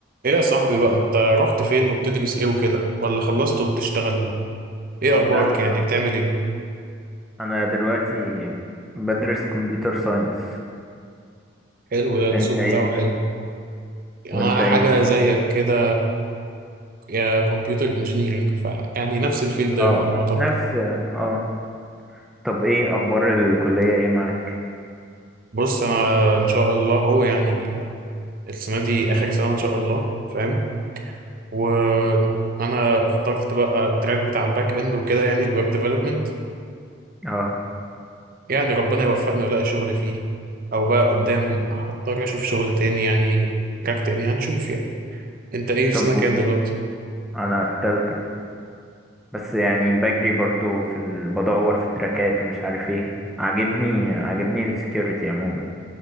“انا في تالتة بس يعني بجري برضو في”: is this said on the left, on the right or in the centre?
Centre